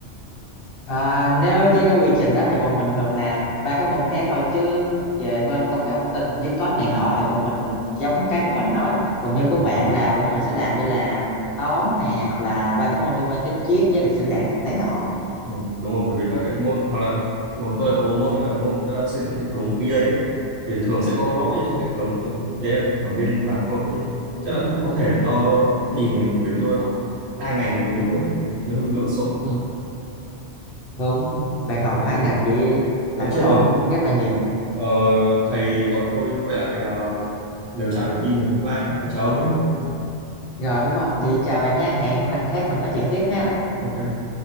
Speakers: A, on the left; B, on the right.
A: À, nếu với cái quy trình đó thì bọn mình thường làm ba cái môn khác thôi chứ về bên công nghệ thông tin hoặc viết code này nọ thì bọn mình giống cái của mình nói còn như của
B: Ừ.
A: bạn là
B: ừ.
A: bọn mình sẽ làm như là toán nè hoặc là ba cái môn liên quan tới triết với lịch sử đảng này nọ
B: Ừ, đúng rồi bởi vì các cái môn hoặc là của tôi có một môn nữa là môn ờ, xây dựng hệ thống BA ấy, thì thường sẽ có lỗi ở trong hệ thống ở, đấy là ở bên mảng công ty chắc là cũng có thể do góc nhìn bởi vì tôi học hai ngành cùng lúc ấy nên hơi bị lộn xộn
A: ừ, đúng bạn
B: Ờ,
A: học
B: ok
A: hai ngành vậy lẫn
B: Ờ, chết
A: lộn
B: rồi
A: rất là nhiều
B: Ờ, thầy gọi tôi quay lại ờ, lều trại của team rồi bye bye chào ông nhé
A: rồi đúng không vậy chào bạn nhé hẹn lần khác mình nói chuyện tiếp ha
B: ok